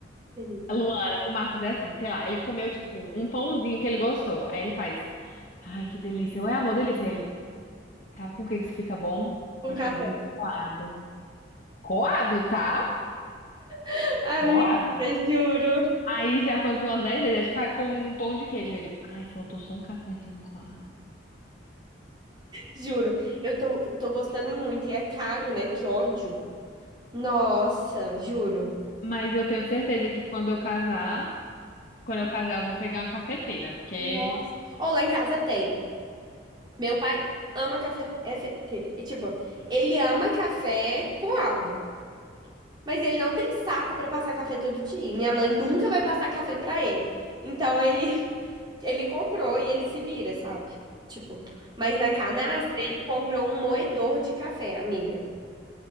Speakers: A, on the right (about 25°); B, on the left (about 45°).
A: querida.
B: a Luana, o Marcos é assim, sei lá, ele comeu, tipo, um pãozinho que ele gostou. Aí ele faz, ai, que delícia. Eu, é amor, delícia. Aí Ele, sabe com o que isso fica bom?
A: Um
B: Cafezinho
A: café.
B: coado. Coado, tá?
A: <laughs> Amiga,
B: Coado.
A: juro,
B: Aí já aconteceu umas 10 vezes, é tipo, ah, com um pão de queijo. Aí Ele, ai, faltou só um cafezinho coado.
A: juro. Eu tô, tô gostando muito. E é caro, né? Que ódio. Nossa, juro.
B: Mas eu tenho certeza que quando eu casar, quando eu casar, eu vou pegar uma cafeteira, porque...
A: Nossa. Ou lá em casa tem. Meu pai ama café. É, fe- te- é, tipo, ele ama café coado. Mas ele não tem saco pra passar café todo dia. e Minha mãe nunca vai passar café pra ele. Então ele <laughs> ele comprou e ele se vira, sabe? Tipo, mas na canastra ele comprou um moedor de café, amiga.